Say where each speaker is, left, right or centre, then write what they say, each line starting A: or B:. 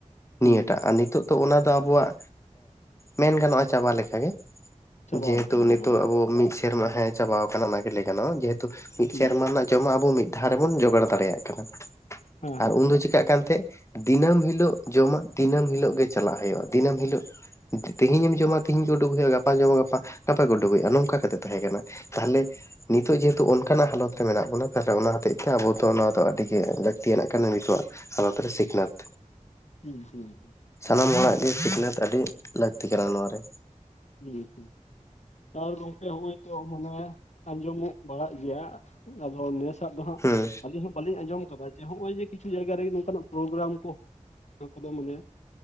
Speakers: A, on the left; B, on the left.
A: ᱦᱩᱸ
B: ᱱᱤᱭᱟᱹ
A: ᱦᱩᱸ
B: ᱴᱟᱜ, ᱟᱨ ᱱᱤᱛᱚᱜ ᱛᱚ ᱚᱱᱟ ᱫᱚ ᱟᱵᱚᱣᱟᱜ ᱢᱮᱱ ᱜᱟᱱᱚᱜᱼᱟ ᱪᱟᱵᱟ ᱞᱮᱠᱟᱜᱮ᱾
A: ᱪᱟᱵᱟᱣ
B: ᱡᱮᱦᱮᱛᱩ
A: ᱟᱠᱟᱱᱟ
B: ᱱᱤᱛᱚᱜ
A: ᱚᱱᱟ ᱫᱚ
B: ᱟᱵᱚ ᱢᱤᱫ ᱥᱮᱨᱢᱟ ᱦᱮᱸ ᱪᱟᱵᱟᱣ ᱠᱟᱱᱟ ᱚᱱᱟᱜᱮ ᱞᱟᱹᱭ ᱜᱟᱱᱚᱜᱼᱟ᱾ ᱡᱮᱦᱮᱛᱩ ᱢᱤᱫ
A: ᱦᱩᱸ
B: ᱥᱮᱨᱢᱟ ᱨᱮᱱᱟᱜ ᱡᱚᱢᱟᱜ ᱟᱵᱚ ᱢᱤᱫ ᱫᱷᱟᱣ ᱨᱮ ᱵᱚᱱ ᱡᱚᱜᱟᱲ ᱫᱟᱲᱮᱭᱟᱜ ᱠᱟᱱᱟ
A: ᱦᱮᱸ ᱦᱮᱸ
B: ᱟᱨ ᱩᱱ ᱫᱚ ᱪᱤ, ᱪᱤᱠᱟᱜ ᱠᱟᱱ ᱛᱮ ᱫᱤᱱᱟᱹᱢ ᱦᱤᱞᱳᱜ ᱡᱚᱢᱟᱜ ᱫᱤᱱᱟᱹᱢ ᱦᱤᱞᱳᱜ ᱜᱮ ᱪᱟᱞᱟᱜ ᱦᱩᱭᱩᱜᱼᱟ ᱫᱤᱱᱟᱹᱢ ᱦᱤᱞᱳᱜᱼᱼ ᱛᱮᱦᱤᱧ ᱮᱢ ᱡᱚᱢᱟ ᱛᱮᱦᱤᱧ ᱜᱮ ᱩᱰᱩᱠ ᱦᱩᱭᱩᱜᱼᱟ ᱜᱟᱯᱟ ᱡᱚᱢᱟ ᱜᱟᱯᱟ ᱜᱟᱯᱟ ᱜᱮ ᱩᱰᱩᱠ ᱦᱩᱭᱩᱜᱼᱟ ᱱᱚᱝᱠᱟ ᱠᱟᱛᱮᱜ ᱛᱟᱸᱦᱮ ᱠᱟᱱᱟ᱾ ᱛᱟᱦᱞᱮ᱾ ᱱᱤᱛᱚᱜ ᱡᱮᱦᱮ ᱦᱩᱛᱩ ᱚᱱᱠᱟᱱᱟᱜ ᱦᱟᱞᱚᱛ ᱨᱮ ᱢᱮᱱᱟᱜ ᱵᱚᱱᱟ ᱛᱟᱦᱞᱮ ᱚᱱᱟ ᱦᱚᱛᱮᱡ ᱛᱮ ᱟᱵᱚ ᱫᱚ ᱚᱱᱟ ᱫᱚ ᱟᱹᱰᱤ ᱜᱮ ᱞᱟᱹᱠᱛᱤᱭᱟᱱᱟᱜ ᱠᱟᱱᱟ ᱱᱤᱛᱳᱜ ᱟᱜ᱾ ᱦᱟᱞᱚᱛ ᱨᱮ ᱥᱤᱠᱷᱱᱟᱹᱛ᱾
A: ᱦᱩᱸ ᱦᱩᱸ᱾
B: ᱥᱟᱱᱟᱢ ᱦᱚᱲᱟᱜ ᱜᱮ ᱥᱤᱠᱷᱱᱟᱹᱛ ᱟᱹᱰᱤ ᱞᱟᱹᱠᱛᱤ ᱠᱟᱱᱟ ᱱᱚᱣᱟ ᱨᱮ᱾
A: ᱦᱩᱸ ᱦᱩᱸ ᱛᱟᱣ ᱜᱚᱝᱠᱮ ᱦᱚᱜ-ᱚᱭ ᱛᱚ ᱚᱱᱟ ᱟᱸᱡᱚᱢᱚᱜ ᱵᱟᱲᱟᱜ ᱜᱮᱭᱟ ᱟᱫᱚ ᱱᱮᱥ <unintelligible> ᱫᱚ ᱦᱟᱜ
B: ᱦᱩᱸ
A: ᱟᱹᱞᱤᱧ ᱦᱚᱸ ᱵᱟᱹᱞᱤᱧ ᱟᱡᱚᱢ ᱠᱟᱫᱟ ᱡᱮ ᱦᱚᱜᱼᱚᱭ ᱡᱮ ᱠᱤᱪᱷᱩ ᱡᱟᱭᱜᱟ ᱨᱮᱜᱮ ᱱᱚᱝᱠᱟᱱᱟᱜ ᱯᱨᱳᱜᱨᱟᱢ ᱠᱚ ᱱᱚᱣᱟ ᱠᱚᱫᱚ ᱢᱟᱱᱮ